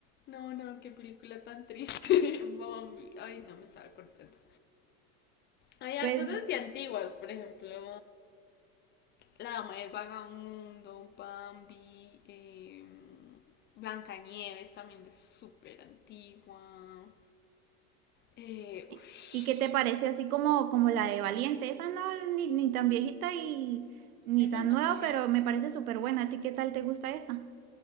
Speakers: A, on the left; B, on the right.
A: No, no, qué película tan triste, <laughs> Bambi. Ay, no me estaba cortando. Hay hartas
B: Pues
A: así antiguas, por ejemplo, La Dama del Vagabundo, Bambi, eh, Blancanieves también es súper antigua. Eh, uf,
B: ¿Y, y qué te parece así como, como la de Valiente? Esa no es ni, ni tan viejita y ni
A: esa
B: tan
A: es más
B: nueva,
A: nueva.
B: pero me parece súper buena. ¿A ti qué tal te gusta esa?